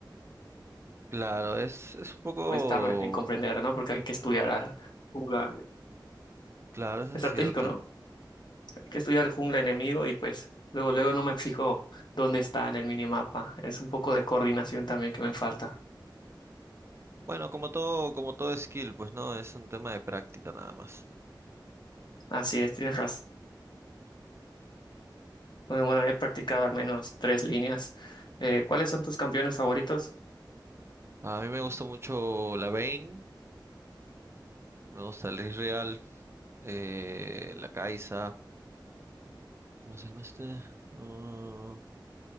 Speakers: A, on the right; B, on the left.
A: Claro, es, es un poco...
B: pues tardo en, en comprenderla, ¿no? Porque hay que estudiar al jungla
A: Claro, eso
B: estratégico,
A: es cierto.
B: ¿no? que estudiar el jungla enemigo y pues luego, luego no me fijo dónde está en el minimapa. Es un poco de coordinación también que me falta.
A: Bueno, como todo, como todo skill, pues no, es un tema de práctica nada más.
B: Así es, tienes razón. Bueno, bueno, he practicado al menos tres líneas. Eh, ¿cuáles son tus campeones favoritos?
A: A mí me gusta mucho la Vayne, me gusta el Israel, eh, la Kaisa, ¿cómo se llama este? Ah,